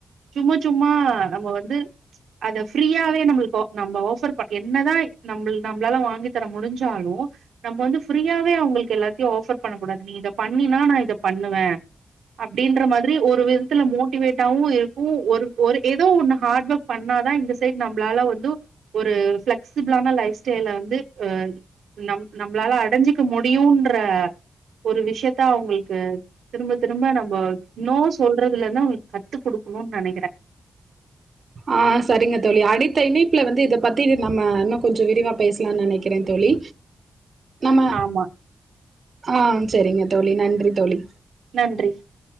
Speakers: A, on the right (about 85°); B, on the right (about 55°).
A: சும்மா சும்மா நம்ம வந்து அத ஃபிரியாவே நம்மளுகா நம்ம ஆஃபர் என்னதா நம வாங்கி தர முடிஞ்சாலு நம்ம வந்து ஃபிரியாவே அவளுக்கு எல்லாத்தையு ஆஃபர் பண்ணக்கூடாது நீ இத பண்ணினா நா இத பண்ணுவே அப்டின்ற மாரி ஒரு விதத்துல மோட்டிவேட்டாவு இருக்கு ஒரு ஒரு எதோ ஒன்னு ஹாட் வொர்க் பண்ணா தா இந்த சைடு நம்மளால வந்து ஒரு ஃப்ளக்ஸிபுளனா லைஃப் ஸ்டைல வந்து அ நம் நம்மளால அடைஞ்சுக்க முடியுன்ற ஒரு விஷயத்தா அவங்களுக்கு திரும்ப திரும்ப நம்ம நோ சொல்றதுலன்னா அவுங்களுக்கு கத்து குடுக்கணும்னு நெனைக்கிறே
B: ஆ சரிங்க தோழி அடித்த இணைப்புல வந்து இத பத்தி நம்ம இன்னு கொஞ்ச விரிவா பேசலா நெனைக்கிறே தோழி நம்ம
A: ஆமா
B: ஆ செரிங்க தோழி நன்றி தோழி
A: நன்றி